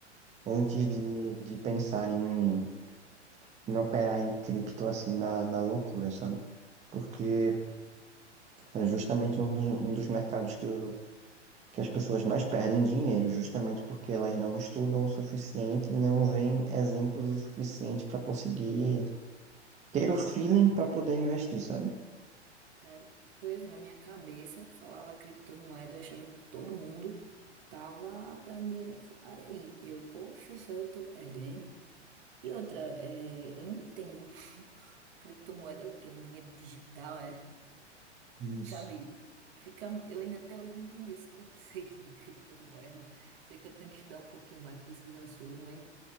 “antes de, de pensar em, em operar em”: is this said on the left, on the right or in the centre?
Right